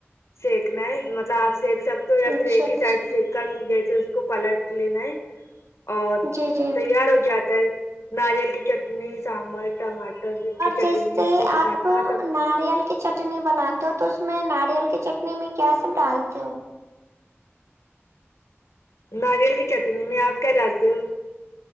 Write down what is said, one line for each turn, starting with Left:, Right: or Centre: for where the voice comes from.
Left: سیکنا ہے مطلب آپ سیکھ سکتے ہو یا
Right: اچھا
Left: پھر ایک
Right: اچھا
Left: ہی سائڈ سیک کر جیسے اس کو پلٹ لینا ہے اور
Right: جی جی
Left: تیار ہو جاتا ہے ناریل کی چٹنی سانبر ٹماٹر کی چٹنی
Right: جس سے
Left: اس کے
Right: آپ
Left: ساتھ کھا سکتے
Right: نا
Left: ہو۔
Right: ریل کی چٹنی بناتے ہو تو اس میں ناریل کی چٹنی میں کیا سب ڈالتے ہو
Left: ناریل کی چٹنی میں آپ کیا ڈالتے ہو